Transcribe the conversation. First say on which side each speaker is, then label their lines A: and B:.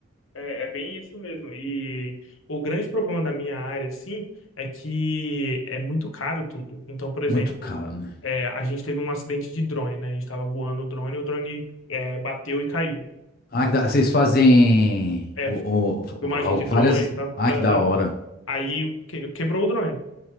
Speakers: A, on the left; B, on the left.
A: É, é bem isso mesmo. E o grande problema da minha área, assim, é que é muito caro tudo. Então, por exemplo,
B: Muito caro, né?
A: é, a gente teve um acidente de drone, né? A gente tava voando o drone, o drone é, bateu e caiu.
B: Ah, que da... Vocês fazem
A: É,
B: o, o-
A: filmagem
B: o-
A: de
B: várias.
A: drone e tal.
B: Ah, que da hora.
A: Aí que- quebrou o drone.